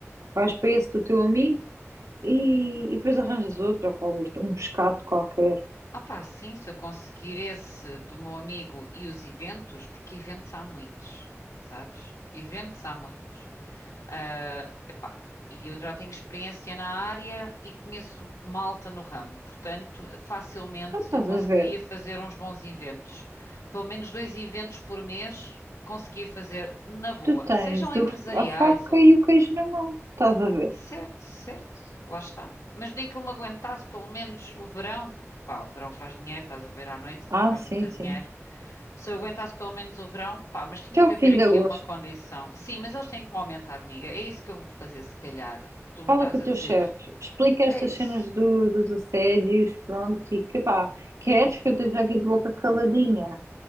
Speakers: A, on the right; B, on the left.
A: Vais para esse do teu amigo e, e depois arranjas outro, opá, isto, um pescado qualquer.
B: Opá, sim, se eu conseguir esse do meu amigo e os eventos, porque eventos há muitos, sabes? Eventos há muitos. Ah, epá, e eu já tenho experiência na área e conheço malta no ramo, portanto, facilmente
A: Não estás
B: eu conseguiria
A: a ver?
B: fazer uns bons eventos. Pelo menos dois eventos por mês conseguia fazer na boa,
A: Tu tens
B: sejam empresariais
A: o- a faca e o queijo na mão, estás a ver?
B: Certo, certo, lá está. Mas nem que eu me aguentasse pelo menos o verão, que pá, o verão faz dinheiro, estás a ver à noite,
A: Ah,
B: tá, faz
A: sim,
B: muito
A: sim.
B: dinheiro. Se eu aguentasse pelo menos o verão, pá, mas tinha
A: Até
B: que
A: o
B: haver
A: fim de
B: aqui
A: agosto.
B: uma condição. Sim, mas eles têm que me aumentar, amiga. É isso que eu vou fazer, se calhar, que tu
A: Fala
B: me estás
A: com o
B: a
A: teu
B: dizer.
A: chefe, explica
B: É
A: estas
B: isso,
A: cenas do- dos assédios, pronto, e que pá, queres que eu esteja aqui de boca caladinha